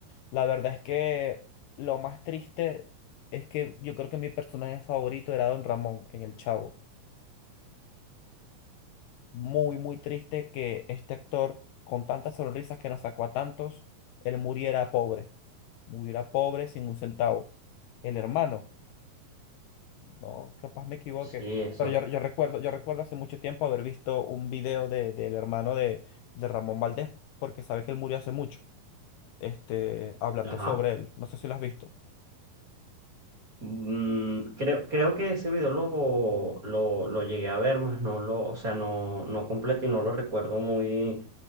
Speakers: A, on the left; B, on the right.
A: la verdad es que lo más triste es que yo creo que mi personaje favorito era Don Ramón en El Chavo muy, muy triste que este actor, con tantas sonrisas que nos sacó a tantos, él muriera pobre, muriera pobre sin un centavo. El hermano, no, capaz me equivoque,
B: Sí, eso.
A: pero yo, yo recuerdo, yo recuerdo hace mucho tiempo haber visto un video de, del hermano de, de Ramón Valdés, porque sabe que él murió hace mucho, este, hablando
B: Ajá.
A: sobre él. No sé si lo has visto.
B: Mm, creo, creo que ese video lo, lo, lo llegué a ver, más no lo, o sea, no, no completo y no lo recuerdo muy,